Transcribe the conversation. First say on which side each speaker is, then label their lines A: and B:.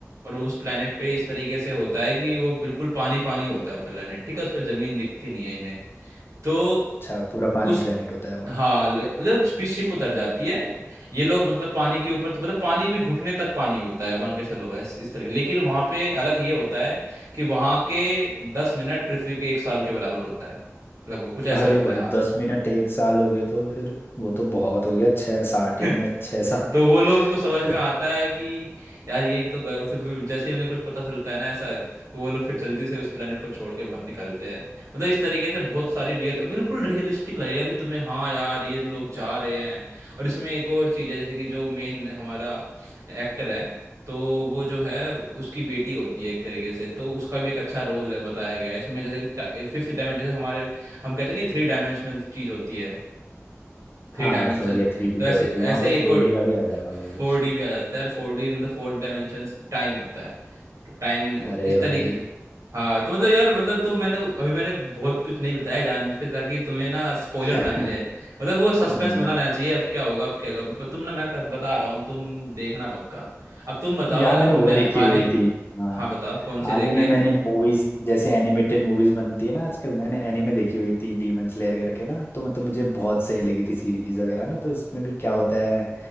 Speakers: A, on the right; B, on the left.
A: और उस planet पे इस तरीके से होता है कि वो बिल्कुल पानी पानी होता है वो planet ठीक है उस पर जमीन दिखती नहीं है इन्हें तो
B: अच्छा पूरा पानी
A: उस
B: प्लेनेट होता है वो
A: हाँ ल- मतलब स्पी- शिप उतर जाती है ये लोग मतलब पानी के ऊपर तो मतलब पानी भी घुटने तक पानी होता है मान के चलो ऐस- इस तरीके लेकिन वहां पे अलग ये होता है कि वहां के दस मिनट पृथ्वी के एक साल के बराबर होता है लगभग कुछ ऐसे
B: अरे
A: होता
B: भाई
A: है हाँ
B: दस मिनट एक साल हो गए तो फिर वो तो बहुत हो गया छः साठ
A: <laughs>
B: ही मिनट छः सात
A: तो वो लोग को समझ
B: <laughs>
A: में आता है कि यार ये तो गलत है। जैसे ही उन्हें कुछ पता चलता है ना ऐसा तो वो लोग फिर जल्दी से उस प्लेनेट को छोड़ के बाहर निकलते हैं मतलब इस तरीके से बहुत सारी रियल बिल्कुल रियलिस्टिक लगेगा कि तुम्हें हाँ यार ये लोग जा रहे हैं और इसमें एक और चीज़ है जैसे कि जो मेन हमारा एक्टर है तो वो जो है उसकी बेटी होती है एक तरीके से तो उसका भी एक अच्छा रोल है बताया गया है इसमें जैसे कि फिफ्थ डायमेंशन जैसे हमारे हम कहते हैं नहीं थ्री डायमेंशनल चीज़ होती है थ्री
B: हाँ
A: डायमेंशन
B: हाँ समझ गया
A: तो
B: थ्री डी पे
A: ऐसे
B: होती है वहाँ
A: ऐसे
B: पे
A: ही एक
B: फोर
A: और
B: डी का भी आ जाता होगा
A: फोर
B: कुछ
A: डी भी आ जाता है यार फोर डी मतलब फोर्थ डायमेंशन टाइम होता है तो टाइम
B: अरे
A: इस
B: भाई
A: तरीके हाँ तो मतलब यार मतलब तुम मैंने अभी मैंने बहुत कुछ नहीं बताया जानबूझ के ताकि तुम्हें ना स्पॉइलर
B: <laughs>
A: ना मिले मतलब वो सस्पेंस
B: हाँ
A: बना रहना चाहिए अब क्या होगा अब क्या होगा पर तुम ना मैं बता रहा हूँ तुम देखना पक्का अब तुम बताओ
B: यार
A: अगर
B: मैंने
A: तुमने
B: वो देखी
A: हाल
B: हुई
A: ही में
B: थी हाँ
A: हाँ बताओ कौन
B: हाल
A: सी देखी
B: ही में
A: है
B: मैंने मूवीज जैसे एनिमेटेड मूवीज बनती है ना आजकल मैंने एनीमे देखी हुई थी डीमन स्लेयर करके ना तो मतलब मुझे बहुत सही लगी थी सीरीज वगैरह ना तो इसमें भी क्या होता है